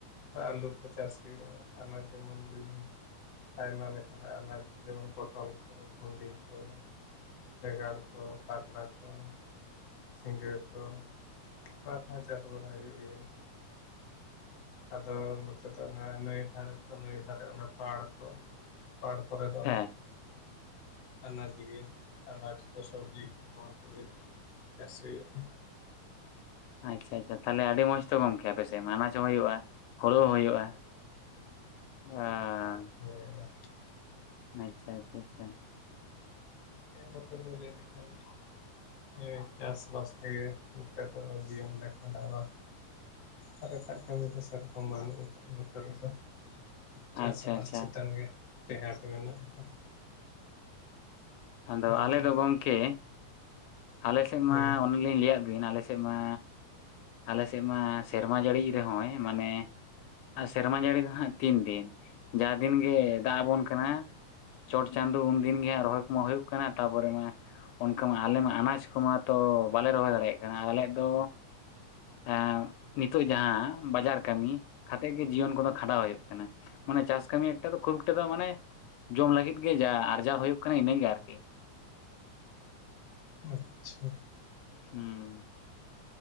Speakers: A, on the left (about 55°); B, on the left (about 80°).
A: ᱟᱹᱞᱩ ᱠᱚ ᱪᱟᱥ ᱦᱩᱭᱩᱜᱼᱟ ᱟᱱᱟ ᱡᱮᱢᱚᱱ ᱵᱤᱵᱷᱤᱱ ᱟᱭᱢᱟ ᱞᱮᱠᱟᱱᱟᱜ ᱟᱱᱟᱡᱽ ᱡᱮᱢᱚᱱ ᱯᱚᱴᱚᱞ ᱠᱚ ᱵᱷᱩᱱᱰᱤ ᱠᱚ᱾ ᱵᱮᱸᱜᱟᱲ ᱠᱚ ᱠᱟᱨᱞᱟ ᱠᱚ ᱾ ᱥᱤᱸᱜᱟᱹ ᱠᱚ ᱚᱱᱟ ᱠᱚᱦᱚᱸ ᱪᱟᱥ ᱵᱟᱲᱟ ᱦᱩᱭᱩᱜ ᱜᱮᱭᱟ᱾ ᱟᱫᱚ ᱱᱚᱛᱮ ᱫᱚ ᱱᱟᱹᱭ ᱫᱷᱟᱨᱮ ᱱᱟᱹᱭ ᱫᱷᱟᱨᱮ ᱚᱱᱟ ᱯᱟᱲ ᱠᱚ ᱯᱟᱲ ᱠᱚᱨᱮ ᱫᱚ
B: ᱦᱮᱸ
A: ᱟᱱᱟᱡᱽ ᱜᱮ ᱟᱱᱟᱡᱽ ᱠᱚ ᱥᱚᱵᱽᱡᱤ ᱠᱚ ᱳᱭᱮᱴ <unintelligible> ᱪᱟᱥ ᱦᱩᱭᱩᱜ ᱟ᱾
B: ᱟᱪᱪᱷᱟ ᱟᱪᱪᱷᱟ ᱛᱟᱦᱚᱞᱮ ᱟᱹᱰᱤ ᱢᱚᱡ ᱛᱚ ᱜᱚᱝᱠᱮ ᱟᱯᱮᱥᱮ ᱢᱟ ᱟᱱᱟᱡᱽ ᱦᱚᱸ ᱦᱩᱭᱩᱜᱼᱟ ᱦᱩᱲᱩ ᱦᱚᱸ ᱦᱩᱭᱩᱜᱼᱟ᱾ ᱟᱸᱻ
A: ᱦᱮᱸᱻ
B: ᱟᱪᱪᱷᱟ-ᱟᱪᱪᱷᱟ-ᱟᱪᱪᱷᱟ᱾
A: ᱦᱮᱸ ᱱᱚᱛᱮ ᱫᱚ ᱞᱮᱭ ᱞᱮᱠᱷᱟᱱ ᱾ ᱦᱳᱭ ᱪᱟᱥ ᱵᱟᱥ ᱛᱮᱜᱮ ᱱᱤᱛᱚᱜ ᱫᱚ ᱡᱤᱭᱚᱱ ᱞᱮ ᱠᱷᱟᱸᱰᱟᱣ ᱟ᱾ ᱟᱨ ᱮᱴᱟᱜ ᱠᱟᱹᱢᱤ ᱠᱚ ᱥᱮᱨᱠᱚᱢ ᱵᱟᱹᱱᱩᱜ ᱠᱟᱜ-ᱟ ᱱᱚᱛᱮ ᱨᱮᱫᱚ᱾ ᱪᱟᱥ
B: ᱟᱪᱪᱷᱟ
A: ᱟᱵᱟᱥ
B: ᱟᱪᱪᱷᱟ
A: ᱪᱮᱛᱟᱱ ᱜᱮ ᱴᱮᱦᱟᱴ ᱢᱮᱱᱟᱜ ᱟᱠᱟᱫᱟ ᱾
B: ᱟᱫᱚ
A: ᱦᱳᱭ
B: ᱟᱞᱮᱫᱚ ᱜᱚᱝᱠᱮ ᱟᱞᱮ ᱥᱮᱫ ᱢᱟ
A: ᱦᱮᱸ
B: ᱚᱱᱮᱞᱤᱧ ᱞᱟᱹᱭᱟᱫ ᱵᱤᱱ ᱟᱞᱮ ᱥᱮᱫ ᱢᱟ ᱟᱞᱮ ᱥᱮᱫ ᱢᱟ ᱥᱮᱨᱢᱟ ᱡᱟᱹᱲᱤᱭ ᱨᱮᱦᱚᱸᱭ ᱢᱟᱱᱮ ᱟᱨ ᱥᱮᱨᱢᱟ ᱡᱟᱹᱲᱤ ᱫᱚ ᱦᱟᱸᱜ ᱛᱤᱱ ᱫᱤᱱ ᱡᱟ ᱫᱤᱱ ᱜᱮ ᱫᱟᱜ ᱟᱵᱚᱱ ᱠᱟᱱᱟ᱾ ᱪᱚᱴ ᱪᱟᱸᱫᱳ ᱩᱱᱫᱤᱱ ᱜᱮ ᱦᱟᱸ ᱨᱚᱦᱚᱭ ᱠᱚᱢᱟ ᱦᱩᱭᱩᱜ ᱠᱟᱱᱟ ᱛᱟᱨᱯᱚᱨᱮ ᱢᱟ ᱚᱱᱠᱟ ᱢᱟ ᱟᱞᱮ ᱢᱟ ᱟᱱᱟᱡᱽ ᱠᱚᱢᱟ ᱛᱚ ᱵᱟᱞᱮ ᱨᱚᱦᱚᱭ ᱫᱟᱲᱮᱭᱟᱜ ᱠᱟᱱᱟ ᱟᱞᱮᱭᱟᱜ ᱫᱚ ᱮᱸ ᱱᱤᱛᱚᱜ ᱡᱟᱦᱟᱸ ᱵᱟᱡᱟᱨ ᱠᱟᱹᱢᱤ ᱠᱷᱟᱛᱮᱫ ᱜᱮ ᱡᱤᱭᱚᱱ ᱠᱚᱫᱚ ᱠᱷᱟᱸᱰᱟᱣ ᱦᱩᱭᱩᱜ ᱠᱟᱱᱟ᱾ ᱢᱟᱱᱮ ᱪᱟᱥ ᱠᱟᱹᱢᱤ ᱮᱠᱴᱟ ᱫᱚ ᱠᱷᱩᱵ ᱮᱠᱴᱟ ᱫᱚ ᱢᱟᱱᱮ ᱡᱚᱢ ᱞᱟᱹᱜᱤᱫ ᱜᱮ ᱡᱟ ᱟᱨᱡᱟᱣ ᱦᱩᱭᱩᱜ ᱠᱟᱱᱟ ᱤᱱᱟᱹᱜᱮ ᱟᱨᱠᱤ᱾
A: ᱟᱸᱪᱪᱷᱟ ᱾
B: ᱦᱩᱸ ᱾